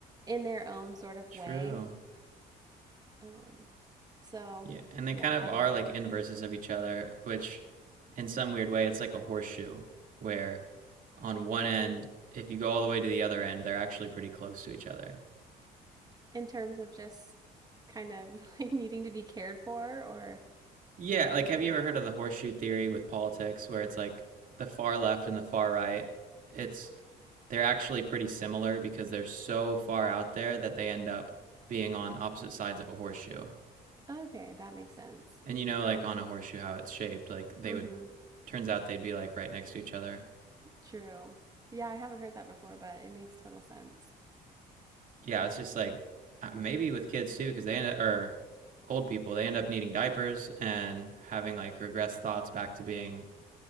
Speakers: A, on the right; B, on the right.
A: in their own sort
B: <laughs>
A: of
B: True.
A: way. Um, so,
B: Yeah, and they
A: yeah,
B: kind of
A: I
B: are
A: don't know.
B: like inverses of each other, which in some weird way it's like a horseshoe where on one end, if you go all the way to the other end, they're actually pretty close to each other.
A: In terms of just kind of <laughs> like needing to be cared for, or
B: Yeah,
A: what do you
B: like
A: mean?
B: have you ever heard of the horseshoe theory with politics where it's like the far left and the far right, it's they're actually pretty similar because they're so far out there that they end up being on opposite sides of a horseshoe.
A: Okay, that makes sense.
B: And you know like on a horseshoe how it's shaped, like they
A: Mm
B: would
A: hmm.
B: turns out they'd be like right next to each other
A: True. Yeah, I haven't heard that before, but it makes total sense.
B: yeah, it's just like uh, maybe with kids too, because they end up, or old people, they end up needing diapers and having like regressed thoughts back to being